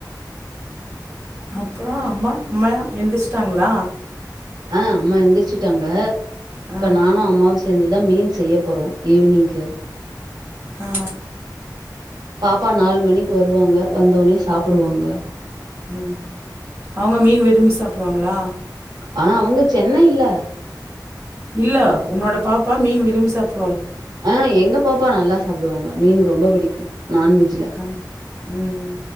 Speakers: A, on the right; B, on the right.
A: அப்றோ அம்மா அம்மா எந்திரிச்சிட்டாங்களா
B: ஆஹ் அம்மா எந்திரிச்சுட்டாங்க இப்ப
A: ஆ
B: நானு அம்மாவு சேந்துதா மீன் செய்யப் போறோ ஈவினிங்க்கு
A: ஆ
B: பாப்பா நாலு மணிக்கு வருவாங்க வந்தோன்னே சாப்புடுவாங்க
A: உம் அவங்க மீன் விரும்பி சாப்டுவாங்களா
B: ஆஹ் அவுங்க சென்னை இல்ல
A: இல்ல உன்னோட பாப் பா மீன் விரும்பி சாப்
B: ஆஹ் எங்க பாப்பா நல்லா சாப்டுவாங்க மீன் ரொம்ப பிடிக்கு நான்வெஜ்ல.
A: ஆஹ் உம்